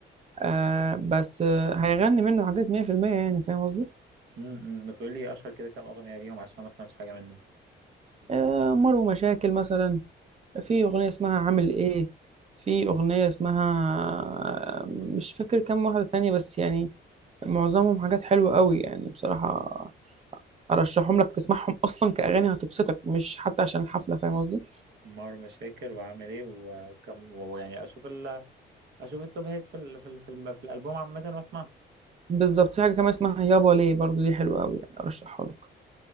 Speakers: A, on the right (about 35°); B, on the right (about 65°).
A: آه بس آه هيغني منه حاجات 100% يعني فاهم قصدي
B: امم ما تقولي اشهر كده كام اغنيه ليهم عشان ما سمعتش حاجه منه
A: آه مر مشاكل مثلا في اغنيه اسمها عامل ايه في اغنيه اسمها آه، مش فاكر كام واحده تانية بس يعني معظمهم حاجات حلوة قوي يعني بصراحة أرشحهم لك تسمعهم أصلا كأغاني هتبسطك مش حتى عشان الحفلة فاهم قصدي؟
B: مار مشاكل وعامل ايه و- وكم ويعني اشوف ال اشوف التوب هيت في ال في ال في, الم- في الالبوم عامه واسمعها
A: بالظبط في حاجة كمان اسمها يابا ليه برضو دي حلوة قوي يعني أرشحها لك